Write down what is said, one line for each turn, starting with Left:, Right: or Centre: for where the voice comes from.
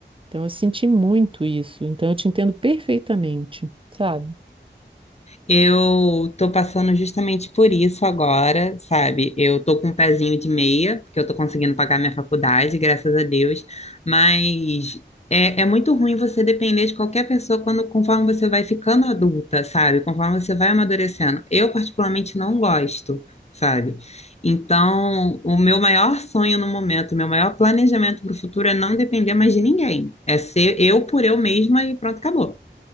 Right: Então, eu senti muito isso. Então, eu te entendo perfeitamente, sabe?
Left: Eu tô passando justamente por isso agora, sabe? Eu tô com um pezinho de meia, porque eu tô conseguindo pagar minha faculdade, graças a Deus, mas é, é muito ruim você depender de qualquer pessoa quando, conforme você vai ficando adulta, sabe? Conforme você vai amadurecendo. Eu, particularmente, não gosto, sabe? Então, o meu maior sonho no momento, o meu maior planejamento para o futuro é não depender mais de ninguém. É ser eu por eu mesma e pronto, acabou.